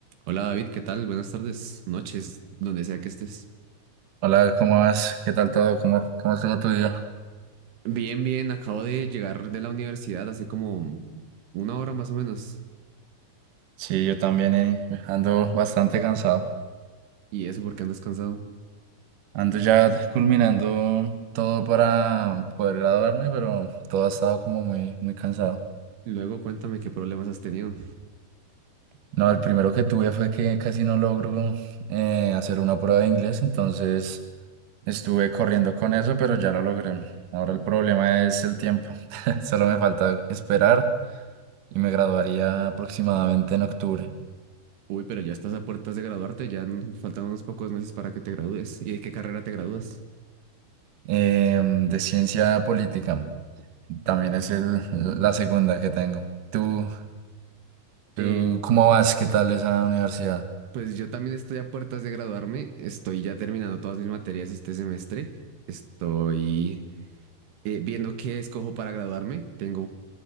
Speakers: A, on the right; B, on the right.
A: Hola David, ¿qué tal? Buenas tardes, noches, donde sea que estés.
B: Hola, ¿cómo vas? ¿Qué tal todo? ¿Cómo, cómo estuvo tu día?
A: Bien, bien, acabo de llegar de la universidad hace como una hora más o menos.
B: Sí, yo también eh, ando bastante cansado.
A: Y eso porque andas cansado.
B: Ando ya culminando todo para poder graduarme, pero todo ha estado como muy, muy cansado.
A: Luego cuéntame qué problemas has tenido.
B: No, el primero que tuve fue que casi no logro eh, hacer una prueba de inglés, entonces estuve corriendo con eso, pero ya lo logré. Ahora el problema es el tiempo. <laughs> Solo me falta esperar y me graduaría aproximadamente en octubre
A: Uy, pero ya estás a puertas de graduarte, ya n- faltan unos pocos meses para que te gradúes. ¿Y de qué carrera te gradúas?
B: em, de ciencia política. También es el, la segunda que tengo. ¿Tú, tú
A: Eh,
B: cómo vas? ¿Qué tal esa universidad?
A: pues yo también estoy a puertas de graduarme, estoy ya terminando todas mis materias este semestre. Estoy eh, viendo qué escojo para graduarme, tengo